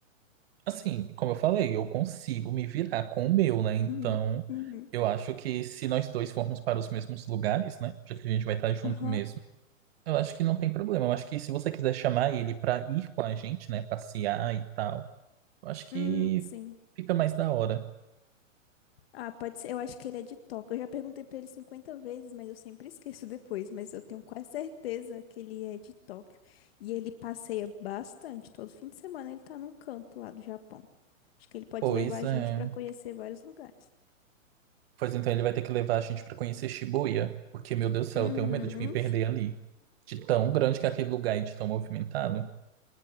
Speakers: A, on the right (about 50°); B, on the left (about 45°).
A: Assim, como eu falei, eu consigo me virar com o meu, né? Então,
B: Uhum, uhum,
A: eu acho que se nós dois formos para os mesmos lugares, né? Já que a gente vai estar junto
B: aham.
A: mesmo, eu acho que não tem problema. Eu acho que se você quiser chamar ele para ir com a gente, né? Passear e tal, eu acho que
B: Hum, sim.
A: fica mais da hora.
B: Ah, pode ser. Eu acho que ele é de Toca. Eu já perguntei pra ele 50 vezes, mas eu sempre esqueço <laughs> depois. Mas eu tenho quase certeza que ele é de Tóquio. E ele passeia bastante. Todo fim de semana ele tá num canto lá do Japão. Acho que ele pode
A: Pois
B: levar a
A: é.
B: gente pra conhecer vários lugares.
A: Pois então ele vai ter que levar a gente para conhecer Shibuya, porque, meu Deus do céu,
B: Uhum.
A: eu tenho medo de me perder ali. De tão grande que é aquele lugar e de tão movimentado.